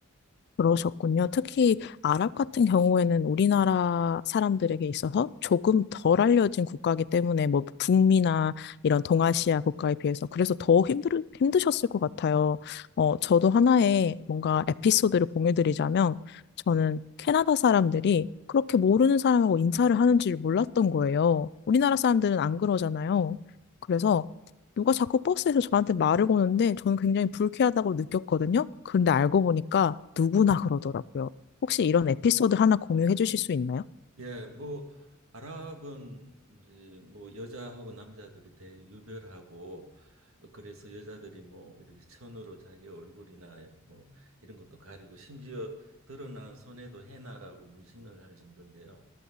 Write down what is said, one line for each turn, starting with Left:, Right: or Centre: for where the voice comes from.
Left: 그러셨군요. 특히 아랍 같은 경우에는 우리나라 사람들에게 있어서 조금 덜 알려진 국가이기 때문에 뭐 북미나 이런 동아시아 국가에 비해서 그래서 더 힘들, 힘드셨을 것 같아요. 어, 저도 하나의 뭔가 에피소드를 공유드리자면 저는 캐나다 사람들이 그렇게 모르는 사람하고 인사를 하는 줄 몰랐던 거예요. 우리나라
Right: 네.
Left: 사람들은 안 그러잖아요. 그래서 누가 자꾸 버스에서 저한테 말을 거는데 저는 굉장히 불쾌하다고 느꼈거든요. 근데 알고 보니까 누구나 그러더라고요. 혹시 이런 에피소드 하나 공유해 주실 수 있나요?
Right: 예, 뭐 아랍은 이제 뭐 여자하고 남자들이 대유별하고 어, 그래서 여자들이 뭐 이렇게 천으로 자기 얼굴이나 뭐 이런 것도 가리고 심지어 드러난 손에도 헤나라고 문신을 할 정도인데요.